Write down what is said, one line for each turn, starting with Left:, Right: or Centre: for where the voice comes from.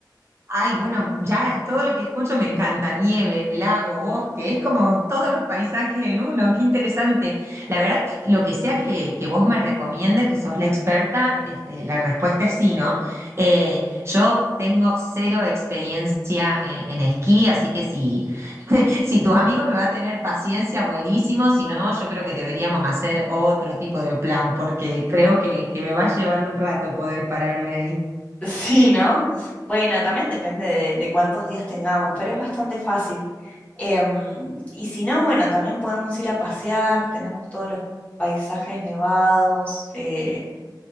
Right: Ay, bueno, ya todo lo que escucho me encanta, nieve, lago, bosque, es como todos los paisajes en uno, qué interesante. La verdad que lo que sea que, que vos me recomiendes, que sos la experta, este, la respuesta es sí, ¿no? Eh, yo tengo cero experiencia eh, en esquí, así que si, <laughs> si tus amigos me va a tener paciencia, buenísimo, si no, yo creo que deberíamos hacer otro tipo de plan, porque creo que, que me va a llevar un rato poder pararme ahí.
Left: <laughs> Sí, ¿no? Bueno, también depende de, de cuántos días tengamos, pero es bastante fácil. Em, y si no, bueno, también podemos ir a pasear, tenemos todos los paisajes nevados, eh,